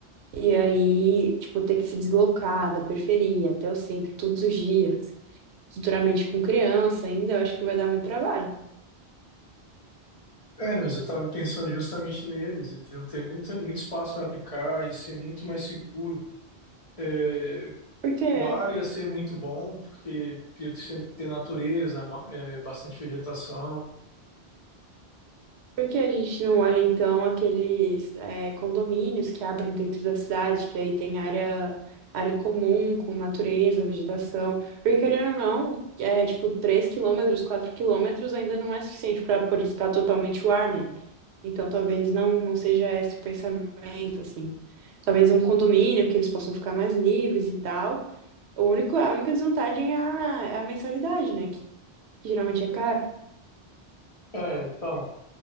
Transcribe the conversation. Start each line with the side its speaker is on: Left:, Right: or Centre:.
Right: E aí, tipo, ter que se deslocar da periferia até o centro todos os dias, futuramente com criança ainda, eu acho que vai dar muito trabalho.
Left: É, mas eu estava pensando justamente neles, eles iam ter muito, muito espaço para brincar, ia ser muito mais seguro. É,
Right: Porque
Left: o ar ia ser muito bom, porque ia ter ter natureza, ma- é, bastante vegetação.
Right: Por que a gente não olha, então, aqueles é, condomínios que abrem dentro da cidade, que aí tem área, área em comum, com natureza, vegetação? Porque, querendo ou não, é tipo 3 quilômetros, 4 quilômetros ainda não é suficiente para purificar totalmente o ar, né? Então, talvez não, não seja esse o pensamento, assim. Talvez um condomínio que eles possam ficar mais livres e tal. O único, a única desvantagem é a, é a mensalidade, né? Que geralmente é caro.
Left: É, então.